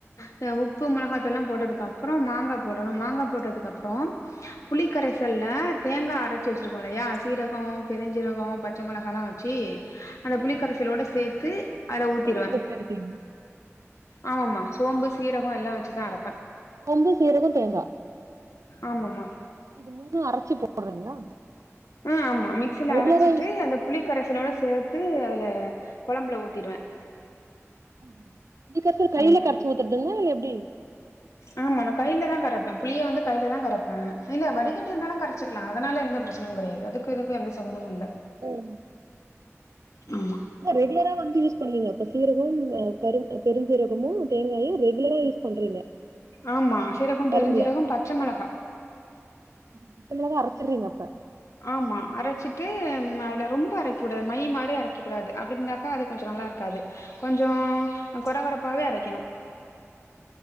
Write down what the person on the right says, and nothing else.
சீரகமு
சோம்பு வச்சு அரைப்பீங்க
கொம்பு சீரகோ தேங்கா
இது மூனு அரைச்சி போடுறீங்களா
ரெகுலரா
யூஸ் பண்றதா
ஆ ஆ இதுக்கப்போ கையில
கரச்சி ஊத்துறதுங்ளா இல்ல எப்டி
ஆ
ம்
ரெகுலரா வந்து யூஸ் பண்ணுவீங்க இப்ப சீரகோ பெருஞ்சீரகமு தேங்காயு ரெகுலரா யூஸ் பண்றீங்க
குழம்புல
மொத்தமாவே அரச்சீறீங்க அப்ப